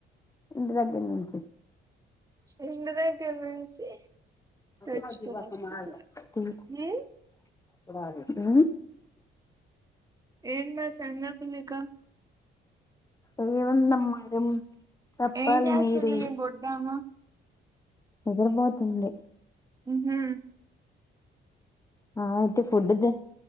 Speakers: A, on the left; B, on the right.
A: రెండు గంటల్ నుంచి.
B: ఇంటి దగ్గర నుంచి.
A: <unintelligible>
B: తెచ్చుకోవాలి అసలు. హ్మ్. ఏన్న సంగతులీక.
A: ఎం వందం మడమ్. చప్పాలి
B: ఏం చేస్తుంది
A: మీరి
B: మీ బొడ్డామ?
A: నిద్రబోతుంది.
B: హు హ.
A: ఆ అయితే ఫుడ్ దే